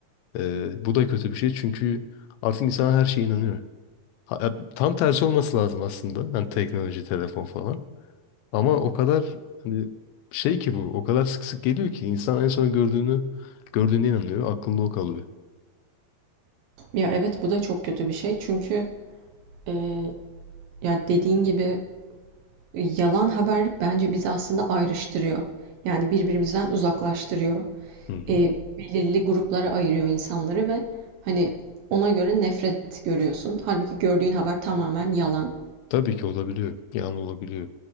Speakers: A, on the left (about 85°); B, on the right (about 70°).
A: Ee, bu da kötü bir şey çünkü artık insan her şeye inanıyor. Ha- ya Tam tersi olması lazım aslında. Hani teknoloji, telefon falan. Ama o kadar hani şey ki bu o kadar sık sık geliyor ki insan en son gördüğünü gördüğüne inanıyor. Aklında o kalıyor.
B: Ya evet bu da çok kötü bir şey çünkü e, ya dediğin gibi Yalan haber bence bizi aslında ayrıştırıyor. Yani birbirimizden uzaklaştırıyor.
A: Hı hı.
B: E, belirli gruplara ayırıyor insanları ve hani ona göre nefret görüyorsun. Halbuki gördüğün haber tamamen yalan.
A: Tabii ki olabiliyor. Yani olabiliyor.